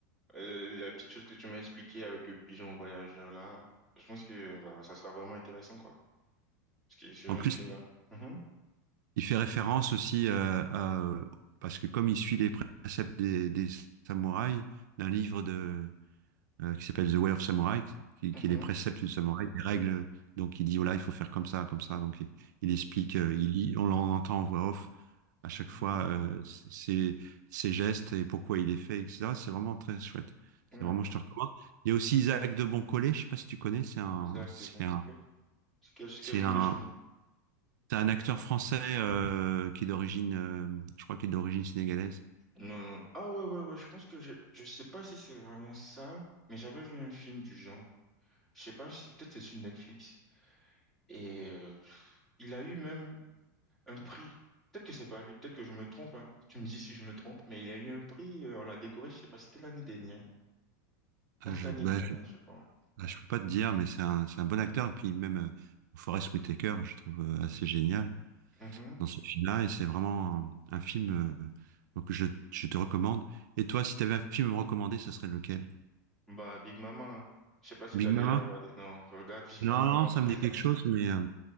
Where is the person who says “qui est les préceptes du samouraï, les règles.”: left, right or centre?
Right